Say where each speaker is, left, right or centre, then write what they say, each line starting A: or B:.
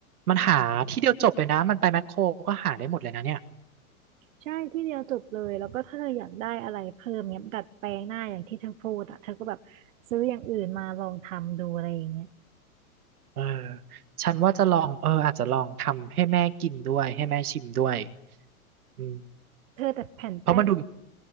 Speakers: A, on the right; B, on the right.
A: มันหาที่เดียวจบเลยนะมันไปแมคโครก็หาได้หมดเลยนะเนี่ย
B: ใช่ที่เดียวจบเลยแล้วก็ถ้าเธออยากได้อะไรเพิ่มเนี้ยดัดแปลงหน้าอย่างที่เธอพูดอ่ะเธอก็แบบซื้ออย่างอื่นมาลองทำดูอะไรอย่างเงี้ย
A: เออฉันว่าจะลองเอออาจจะลองทำให้แม่กินด้วยให้แม่ชิมด้วยอืม
B: เธอแต่แผ่นแป้ง
A: เพราะมันดู